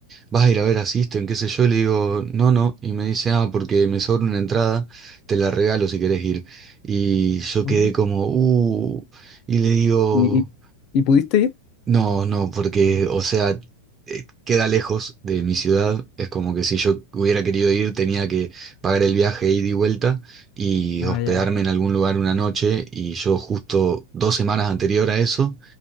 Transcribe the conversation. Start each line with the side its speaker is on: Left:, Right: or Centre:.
Right: vas a ir a ver a System, qué sé yo, y le digo, no, no, y me dice, ah, porque me sobra una entrada, te la regalo si querés ir. Y yo
Left: Mm.
Right: quedé como, uh, y le digo,
Left: ¿Y, y- ¿Y pudiste ir?
Right: no, no, porque, o sea, eh, queda lejos de mi ciudad, es como que si yo hubiera querido ir, tenía que pagar el viaje ida y vuelta y
Left: Ah,
Right: hospedarme
Left: ya.
Right: en algún lugar una noche, y yo justo dos semanas anterior a eso